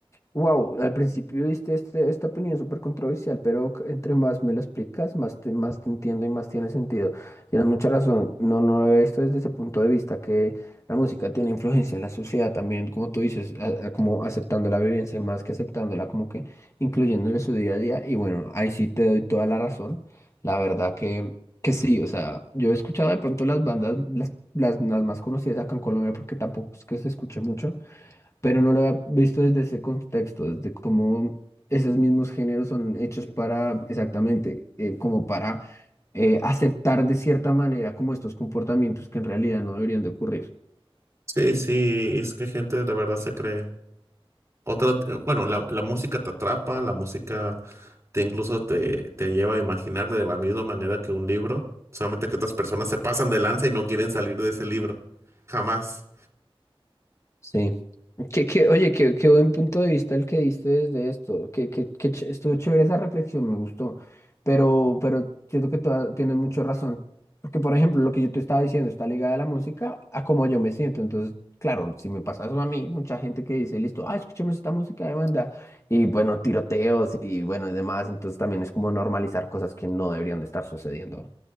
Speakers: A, on the left; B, on the right.
A: Wow, al principio diste este, esta opinión súper controversial, pero c- entre más me lo explicas, más te, más te entiendo y más tiene sentido. Tienes mucha razón, no, no lo había visto desde ese punto de vista, que la música tiene influencia en la sociedad también, como tú dices, a- a- como aceptando la violencia más que aceptándola, como que incluyéndole su día a día. Y bueno, ahí sí te doy toda la razón. La verdad que, que sí, o sea, yo he escuchado de pronto las bandas, las, las, las más conocidas acá en Colombia, porque tampoco es que se escuche mucho pero no lo había visto desde ese contexto, desde cómo esos mismos géneros son hechos para, exactamente, eh, como para eh, aceptar de cierta manera como estos comportamientos que en realidad no deberían de ocurrir.
B: Sí, sí, es que gente de verdad se cree. Otra, eh, bueno, la, la música te atrapa, la música te incluso te, te lleva a imaginar de la misma manera que un libro, solamente que otras personas se pasan de lanza y no quieren salir de ese libro. Jamás.
A: Sí. Que, que, oye, qué, qué buen punto de vista el que diste desde esto. Que, que, que ch- estuvo chévere esa reflexión, me gustó. Pero, pero siento que toda- tienes mucha razón. Porque, por ejemplo, lo que yo te estaba diciendo está ligada a la música, a cómo yo me siento. Entonces, claro, si me pasa eso a mí, mucha gente que dice, listo, ah, escuchemos esta música de banda. Y bueno, tiroteos y bueno, y demás. Entonces también es como normalizar cosas que no deberían de estar sucediendo.